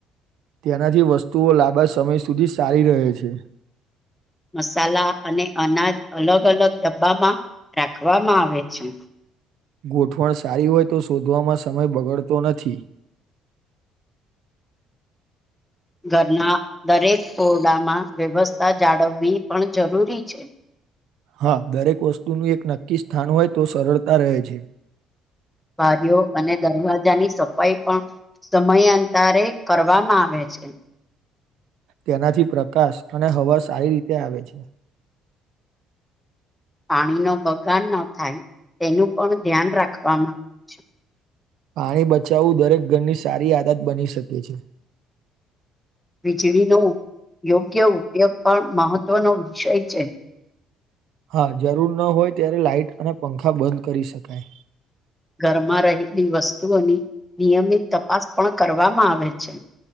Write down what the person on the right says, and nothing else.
તેનાથી વસ્તુઓ લાંબા સમય સુધી સારી રહે છે.
ગોઠવણ સારી હોય તો શોધવામાં સમય બગડતો નથી.
હા દરેક વસ્તુનું એક નક્કી સ્થાન હોય તો સરળતા રહે છે.
તેનાથી પ્રકાશ અને હવા સારી રીતે આવે છે.
પાણી બચાવવું દરેક ઘરની સારી આદત બની શકે છે.
હા જરૂર ન હોય ત્યારે લાાઈટ અને પંખા બંધ કરી શકાય.